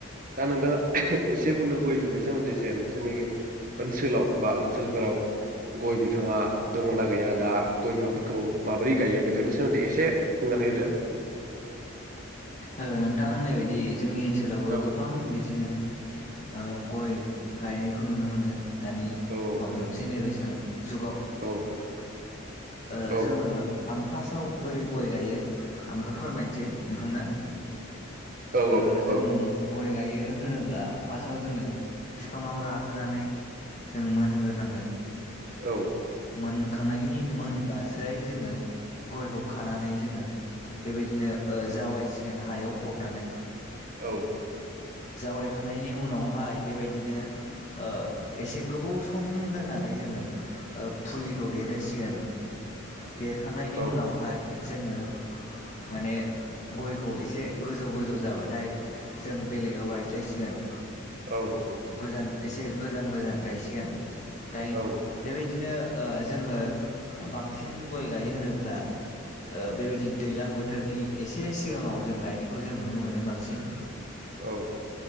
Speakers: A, on the right (about 40°); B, on the left (about 35°).
A: दा नोंथाङा एसे बुंदों गय बिफांनि सोमोन्दै जाया नोंसोरनि ओनसोलाव बा ओनसोलफोराव गय बिफाङा दङना गैया दा गय बिफांफोरखौ माबोरै गायो बेफोरनि सोमोन्दै एसे बुंनानै होदो।
B: ओ नोंथां होननाय बायदि जोंनि ओनसोल ओनसोलावबो
A: औ
B: गोबां बिदिनो ओ गय गायनायखौ नुनो मोनो। दानि
A: औ
B: माबायाव जेनेरेसनाव। जुगाव।
A: औ
B: ओ
A: औ
B: जोङो आं फास्टआव बोरै गय गायो आं बेखौ फोरमायनोसै नोंथांनो।
A: औ
B: ओ जों
A: औ
B: गय गायो होनोब्ला फासाव जोङो फिफाङाव राहोनानै जों मोनहोगोरनांगोन।
A: औ
B: मोनखांनायनि मोनबासै जोङो गयखौ खानानै जोङो बेबायदिनो ओ जावायसिगोन हायाव फबनानै
A: औ
B: जावायखांनायनि उनावहाय बेबायदिनो ओ एसे गोबौ सम दोननानै जोङो ओ फुलिखौ देरहोसिगोन देरखांनायनि
A: औ
B: उनावहाय जोङो माने गयखौ इसे गोजौ गोजौ जाबाथाय जों बेलेगाव गायस्लायसिगोन।
A: औ नंगौ।
B: गोजान एसे गोजान गोजान गायसिगोन। दाइन
A: औ
B: बेबायदिनो ओ जोङो बांसिन गय गायो होनोब्ला ओ बेबायदि दैलां बोथोरनि एसे सिगाङाव जों गायनायखौ जों नुनो मोनो बांसिन।
A: औ